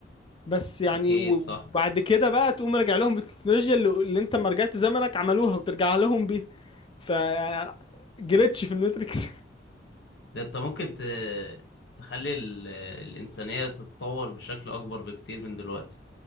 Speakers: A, on the left; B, on the left.
A: بس يعني
B: اكيد
A: و-
B: صح
A: وبعد كده بقى تقوم راجع لهم بالتكنولوجيا اللي, اللي انت ما رجعت زمنك عملوها وترجع لهم بيها ف جريتش في الماتريكس <laughs>
B: ده انت ممكن ت... تخلي ال... الإنسانية تتطور بشكل اكبر بكتير من دلوقتي